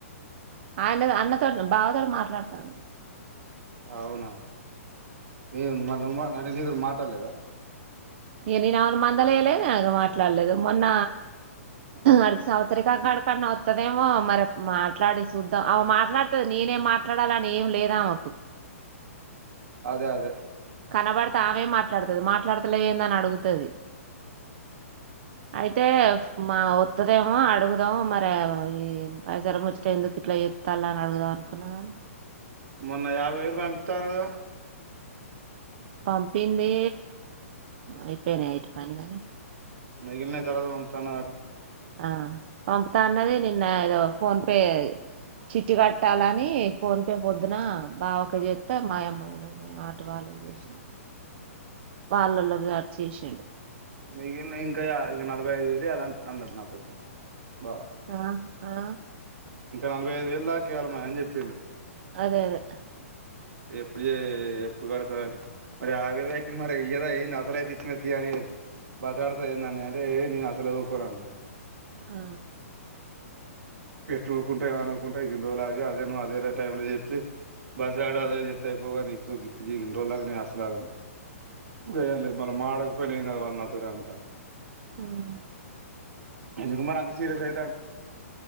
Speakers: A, on the right; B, on the right.
A: ఆయన అన్నతో బావతో మాట్లాడుతాను
B: అవునా ఏమా ఉ అ నదరు మాట్లేదా
A: న నేను అవును మందలుయలేదుక మాట్లాడలేదు మొన్న అడికి సవతరికాక అడక అవుతదేమో మరి మాట్లాడి చూద్దాం అ మాట్లాడుతది నేనేం మాట్లాడాల అని ఏం లేదా మాకు
B: అదే అదే
A: కనబడితే ఆమె మాట్లాడుతుంది మాట్లాడతలే ఏందని అడుగుతుది అయితే మా ఒతుదేమో అడుగుదాము మరి ఈ పరిసరం వచ్చట ఎందుకు ఇట్లా ఎత్తాలని అడుగుదాం అనుకున్నా ని
B: మొన్న యాభై వేళ్ళు పంప <unintelligible>
A: పంపింది అయిపోయినాయి అయిటి పనిగానే
B: మిగిలిన తర్వాత పంపుతాంద
A: ఆ పంపత అన్నది నిన్ ఏదో ఫోన్ పే చిట్టి కట్టాలని ఫోన్ పే పొద్దున బావక చేస్త మాయమ్మ ఆటు వాళ్ళకి చేసిన వాళ్ళలో గారు చేసాండు
B: మిగిలిన ఇంకా ఇంక నలభై ఐదు వేలి అలా అన్నాడు నాతోటి బాబ
A: ఆ ఆ
B: ఇంకా నలభై వేలు దాకా ఇయ్యాలి మా అని చెప్పిండు
A: అదే అదే
B: ఎప్పుడు ఎప్పుడు కడ అంటే మరి ఆ వేలు అ మరి ఏద ఏంది అసలుైతే ఇచ్చిన తీ అని బతలాడత ఏందన్న అంటే నేను అసలు ఊకోన అంటా
A: ఆ
B: పెట్లుకుంటా అనవకుంటాయి రోల్ ఆగి అదేను అదేరా టైమ్ లో చెప్పి బాధ డు అదే చెత్ అయిపోగానీ ఇప్పుడు ఇప్పు ఇ రజులకి నే అస్లులాగాను గాయ లేదు మళ్ మాడగా పోయినా కా వాళ్ళ నా తే అంటను
A: మ్మ్
B: ఎందుక మరీ అంత సీరియస్ అయితనవ్